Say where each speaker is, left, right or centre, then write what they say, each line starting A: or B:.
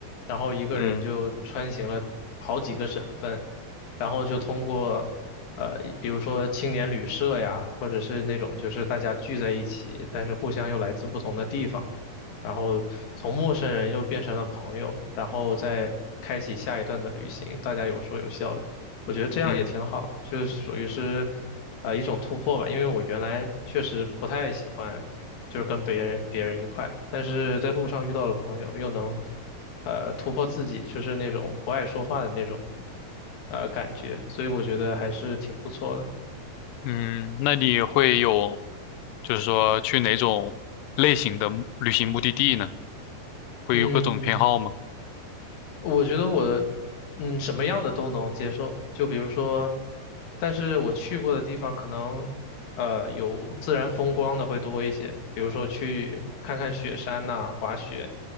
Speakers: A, on the left (about 70°); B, on the left (about 90°).
A: 然后一个人就穿行了好几个省份，
B: 嗯
A: 然后就通过，呃，比如说青年旅社呀，或者是那种就是大家聚在一起，但是互相又来自不同的地方，然后从陌生人又变成了朋友，然后再开启下一段的旅行，大家有说有笑的。我觉得这样也挺好，
B: 嗯
A: 就是属于是，呃，一种突破吧。因为我原来确实不太喜欢，就是跟别人别人一块，但是在路上遇到了朋友，又能，呃，突破自己，就是那种不爱说话的那种，呃，感觉，所以我觉得还是挺不错的。
B: 嗯，那你会有就是说去哪种类型的旅行目的地呢？会有各种偏好吗？
A: 嗯。我觉得我，嗯，什么样的都能接受。就比如说，但是我去过的地方可能，呃，有自然风光的会多一些，比如说去看看雪山呐、滑雪，